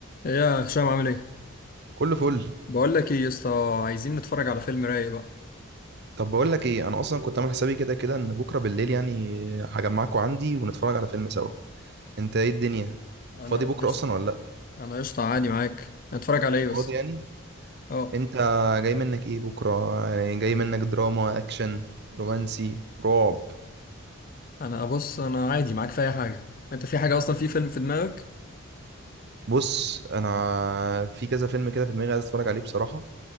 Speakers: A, on the left; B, on the right.
A: إيه يا هشام عامل ايه؟
B: كله فل
A: بقول لك ايه يا اسطى عايزين نتفرج على فيلم رايق بقى
B: طب بقول لك ايه انا اصلا كنت عامل حسابي كده كده ان بكره بالليل يعني هجمعكوا عندي ونتفرج على فيلم سوا انت ايه الدنيا
A: انا
B: فاضي بكره
A: قشطة
B: اصلا ولا لا
A: انا قشطة عادي معاك هنتفرج على ايه بس؟
B: فاضي يعني
A: اه
B: انت جاي منك ايه بكره يعني جاي منك دراما اكشن رومانسي رعب
A: انا بص انا عادي معاك في اي حاجة انت في حاجة اصلا في فيلم في دماغك؟
B: بص انا في كذا فيلم كده في دماغي عايز اتفرج عليه بصراحه